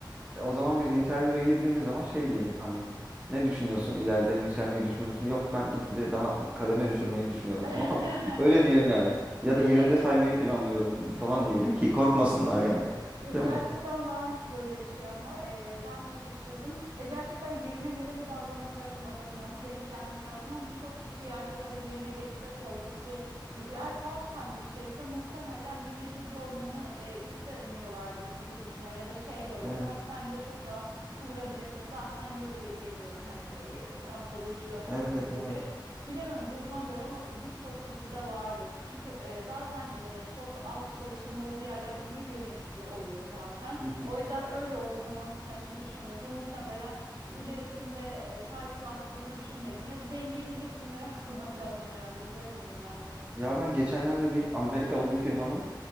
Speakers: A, on the right; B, on the right.
A: E, O zaman biz interview'e girdiğimiz zaman şey diyelim hani ne düşünüyorsun ileride yükselmeyi düşünüyor musun? Yok ben gitgide daha kademe düşürmeyi düşünüyorum
B: <laughs>
A: <laughs> falan. Öyle diyelim yani. Ya
B: Bir
A: da yerimde
B: şeyler
A: saymayı planlıyorum falan diyelim ki korkmasınlar yani.
B: Ya Gerçekten
A: Değil mi?
B: varmış böyle bir şey ama e, ben de şaşırdım. Ya gerçekten yerine göre mi davranmak lazım adamına mı denk gelmek lazım ama birçok kişi gerçekten böyle yerine geçme korkusu gidiyor. Eğer part-time bir şeyse muhtemelen yönetici olmanı e, istemiyorlardır gibi düşünüyorum. Ya da şey böyle
A: Evet,
B: part-time'da çok rahat kıvırabilirsin. Zaten yarı geliyorum hani e, haftada üç dört
A: evet,
B: gün gibi gibi.
A: evet.
B: Bilemiyorum duruma göre ama birçok kişide var bu. Çünkü e, zaten e, çok az çalışanın olduğu yerlerde bir yönetici oluyor zaten.
A: Hı hı.
B: O yüzden öyle olduğunda mantıken şimdi düşününce muhtemelen ilerisinde e, title arttırmayı düşünmedin ya da dengeleyecek cümleler <laughs> kurmak lazım herhalde bilemiyorum ben de.
A: Ya ben geçenlerde bir Amerikalı bir firmanın